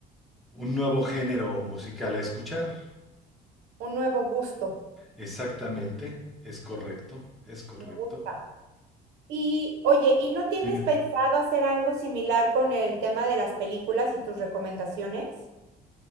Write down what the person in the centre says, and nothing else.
un nuevo género musical a escuchar.
Exactamente, es correcto, es correcto.
Dime,